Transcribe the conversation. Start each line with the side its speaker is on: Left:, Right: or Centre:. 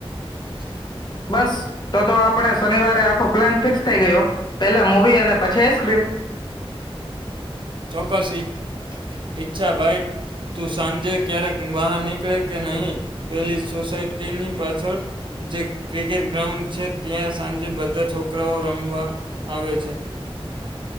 Right: હ છે
Left: બસ તો તો આપણે શનિવારે આખો પ્લાન ફિક્સ થઈ ગયો પેલા મવી અને પછી આઈસક્રીમ
Right: ચોક્કસ ઈચ્છા ભાઈ તું સાંજે ક્યારેક બહાર નીકળે કે નહી પેલી સોસાયટીની પાછળ જે ક્રિકેટ ગ્રાઉન્ડ છે ત્યાં સાંજે બધા છોકરાઓ રમવા આવે છે